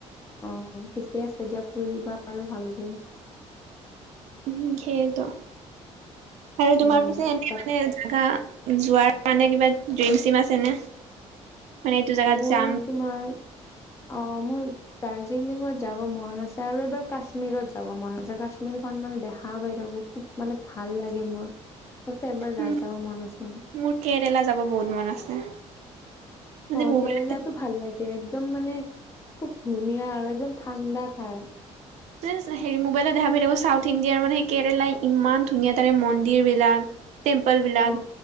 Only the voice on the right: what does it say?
উম, সেইয়টো আৰু তোমাৰ
পিছে এ ই,
মানে জোগা, যোৱাৰ মানে কিবা ড্ৰিম-চিম আছে নে? মানে এইটো জেগাত
যাম
উম,
মোৰ কেৰেলা যাব বহুত মন আছে। মানে
মোবাইল
হেৰি মোবাইলত দেখা পাই থাকো, চাউথ ইণ্ডিয়াৰ মানে কেৰেলা ইমান ধুনীয়া তাৰে মন্দিৰ বিলাক। টেম্পেল বিলাক,